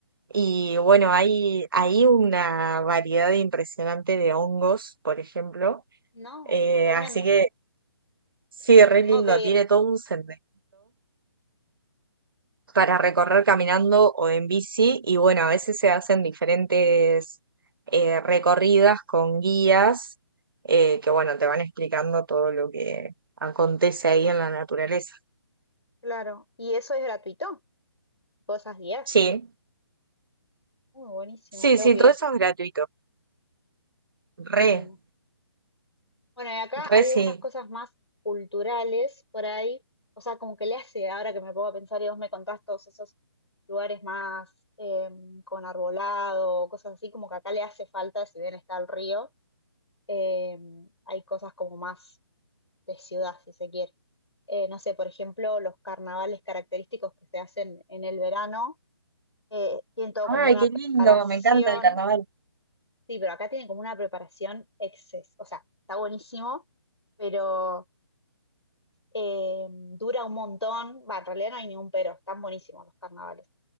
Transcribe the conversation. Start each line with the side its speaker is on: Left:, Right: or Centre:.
Right: Y bueno, hay, hay una variedad impresionante de hongos, por ejemplo.
Left: no,
Right: Eh,
Left: tremendo.
Right: así que sí, re
Left: Tengo
Right: lindo,
Left: que
Right: tiene
Left: ir,
Right: todo un sendero para recorrer caminando o en bici y bueno, a veces se hacen diferentes eh, recorridas con guías eh, que bueno, te van explicando todo lo que acontece ahí en la naturaleza.
Left: claro. Y eso es gratuito, cosas días
Right: Sí,
Left: Muy buenísimo,
Right: sí,
Left: tengo
Right: sí,
Left: que
Right: todo
Left: ir,
Right: eso es gratuito.
Left: qué
Right: Re,
Left: lindo. Bueno, y acá
Right: re
Left: hay
Right: sí.
Left: algunas cosas más culturales por ahí, o sea, como que le hace, ahora que me puedo pensar y vos me contás todos esos lugares más eh, con arbolado, cosas así, como que acá le hace falta, si bien está el río eh, hay cosas como más de ciudad, si se quiere. Eh, no sé, por ejemplo, los carnavales característicos que se hacen en el verano, eh, tienen todo
Right: Ay,
Left: como una
Right: qué
Left: preparación,
Right: lindo, me encanta el carnaval.
Left: sí, pero acá tienen como una preparación exces, o sea, está buenísimo, pero eh, dura un montón, va, en realidad no hay ningún pero, están buenísimos los carnavales.